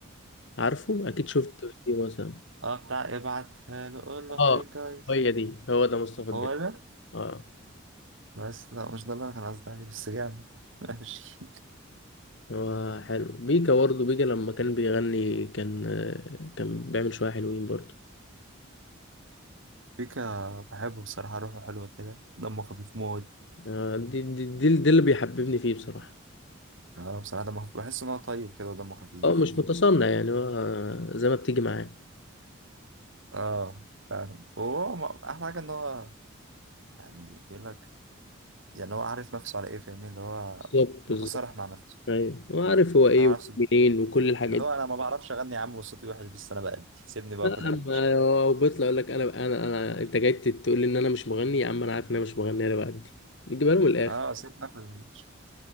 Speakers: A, on the left; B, on the right.
A: عارفه اكيد شفت فيديو مثلا
B: اه بتاع ابعتها له قول له هاي
A: اه
B: جايز
A: هي دي هو ده مصطفى الجن
B: هو ده
A: اه
B: بس لا مش ده اللي انا كان قصدي عليه بس جامد <laughs> ماشي
A: هو حلو بيكا برضه بيكا لما كان بيغني كان آه، كان بيعمل شويه حلوين برضه
B: بيكا بحبه بصراحة روحه حلوة كده دمه خفيف موت
A: آه، دي دي, دي, دي اللي بيحببني فيه بصراحه
B: اه بصراحة دمه خفيف بحس ان هو طيب كده ودمه خفيف
A: اه مش متصنع يعني هو زي ما بتيجي معاه
B: اه فاهم وهو م- احلى حاجة ان هو يعني بيقول لك يعني هو عارف نفسه على ايه فاهمني اللي هو
A: بالظبط
B: متصارح
A: بالظبط
B: مع نفسه
A: ايوه هو عارف هو ايه
B: مع
A: ومنين
B: نفسه
A: وكل الحاجات
B: اللي
A: دي
B: هو انا ما بعرفش اغني يا عم وصوتي وحش بس انا بأدي سيبني باكل
A: لا،
B: عيش
A: اما هو بيطلع يقول لك انا انا انا انت جاي تقول لي ان انا مش مغني يا عم انا عارف ان انا مش مغني انا بأدي بيجيبها لهم الاخر
B: اه سيبني اكل عيش